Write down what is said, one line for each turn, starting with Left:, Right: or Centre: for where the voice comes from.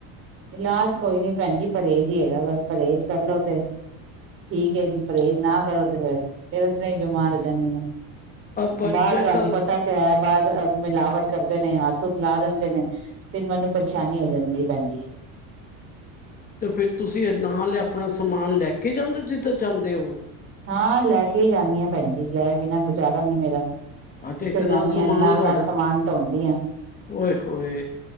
Right: ਇਲਾਜ ਕੋਈ ਨੀ ਏ ਭੈਣ ਜੀ ਪਰਹੇਜ਼ ਹੀ ਹੈਗਾ ਬਸ ਪਰਹੇਜ ਕਰਲੋ ਤੇ ਠੀਕ ਹੈ ਪਰਹੇਜ਼ ਨਾ ਕਰੋ ਤੇ ਫੇਰ ਫੇਰ ਉਸ ਤਰ੍ਹਾਂ ਹੀ ਬਿਮਾਰ ਹੋ ਜਾਨੀ ਆਂ।
Left: ਬੱਚੇ
Right: ਬਾਹਰ ਤੁਹਾਨੂੰ
Left: ਕੱਲ
Right: ਪਤਾ ਤੈ ਬਾਹਾਰ ਮਿਲਾਵਟ ਕਰਦੇ ਨੇ ਹੱਥ ਹੂਥ ਲਾ ਦਿੰਦੇ ਨੇ ਫੇਰ ਮੈਨੂੰ ਪਰੇਸ਼ਾਨੀ ਹੋ ਜਾਂਦੀ ਏ ਭੈਣ ਜੀ
Left: ਤੇ ਫੇਰ ਤੁਸੀਂ ਨਾਲ ਆਪਣਾ ਸਮਾਨ ਲੈ ਕੇ ਜਾਂਦੇ ਹੋ ਜਿੱਧਰ ਜਾਂਦੇ ਹੋ?
Right: ਹਾਂ ਲੈ ਕੇ ਹੀ ਜਾਂਦੀ ਹਾਂ ਭੈਣ ਜੀ ਲੈ ਬਿਨਾਂ ਗੁਜ਼ਾਰਾ ਨੀ ਮੇਰਾ
Left: ਆ
Right: ਜਿੱਥੇ
Left: ਤੇ ਇਤਨਾ
Right: ਜਾਂਦੀ
Left: ਸਮਾਨ
Right: ਹਾਂ ਨਾਲ
Left: ਤੁਹਾਡਾ
Right: ਨਾਲ ਸਮਾਨ ਢੋਂਦੀ ਆ
Left: ਓਏ ਹੋਏ